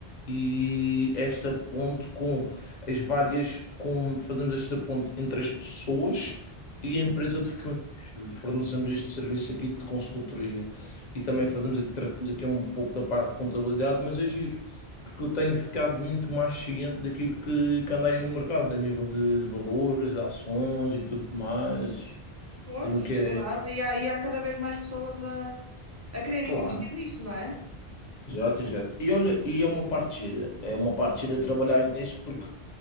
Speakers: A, on the left; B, on the right.
A: e esta ponte com as várias, com, fazemos esta ponte entre as pessoas e a empresa
B: Uhum.
A: de fundos. Fornecemos este serviço aqui de consultoria e também
B: Uhum.
A: fazemos aqui, tratamos aqui um pouco da parte de contabilidade, mas é giro, porque eu tenho ficado muito mais ciente daquilo que, que anda aí no mercado, a nível de, de valores, de ações e tudo mais,
B: Pois,
A: e no que
B: é
A: é.
B: verdade. E há, e há cada vez mais pessoas a, a quererem
A: Claro,
B: investir nisso, não é?
A: exato, exato. E olha, e é uma parte gira, é uma parte gira trabalhar nisso, porque